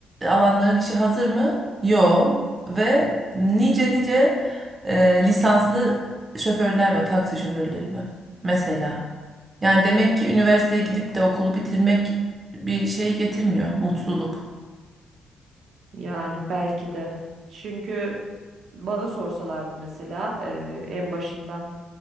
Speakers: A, on the right; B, on the right.
A: alanların işi hazır mı? Yo ve nice nice e, lisanslı şoförler var, taksi şoförleri var mesela. Yani demek ki üniversiteye gidip de okulu bitirmek bir şey getirmiyor, mutluluk.
B: Yani belki de. Çünkü bana sorsalardı mesela e, en başından